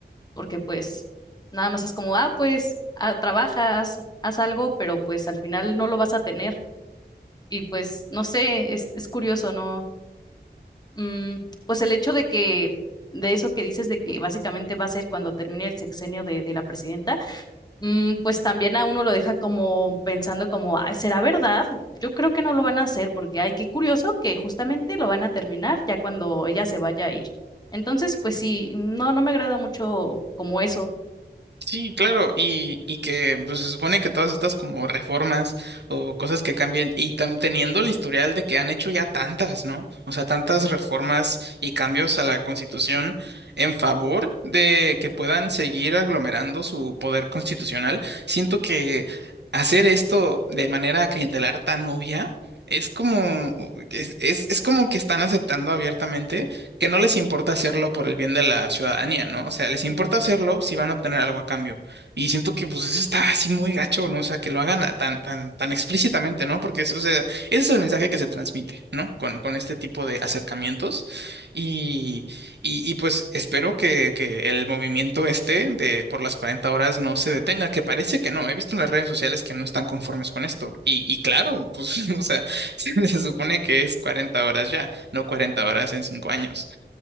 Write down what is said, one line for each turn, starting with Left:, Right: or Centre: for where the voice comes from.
Left: porque pues nada más es como, ah, pues ah, trabajas, haz algo, pero pues al final no lo vas a tener y pues no sé, es, es curioso, ¿no? Mm, pues el hecho de que, de eso que dices, de que básicamente va a ser cuando termine el sexenio de, de la presidenta, mm, pues también a uno lo deja como pensando como, ay, ¿será verdad? Yo creo que no lo van a hacer porque, ay, qué curioso que justamente lo van a terminar ya cuando ella se vaya a ir. Entonces, pues sí, no, no me agrada mucho como eso.
Right: Sí, claro, y, y que pues, se supone que todas estas como reformas o cosas que cambian, y tam- teniendo el historial de que han hecho ya tantas, ¿no? O sea, tantas reformas y cambios a la Constitución en favor de que puedan seguir aglomerando su poder constitucional, siento que hacer esto de manera clientelar tan obvia es como, es, es, es como que están aceptando abiertamente que no les importa hacerlo por el bien de la ciudadanía, ¿no? O sea, les importa hacerlo si van a obtener algo a cambio. Y siento que pues eso está así muy gacho, ¿no? O sea, que lo hagan a- tan, tan, tan explícitamente, ¿no? Porque eso, o sea, ese es el mensaje que se transmite, ¿no? Con, con este tipo de acercamientos. Y, y, y, pues espero que, que el movimiento este de por las 40 horas no se detenga, que parece que no. He visto en las redes sociales que no están conformes con esto. Y, y claro, pues, <laughs> o sea, se, se supone que es 40 horas ya, no 40 horas en 5 años.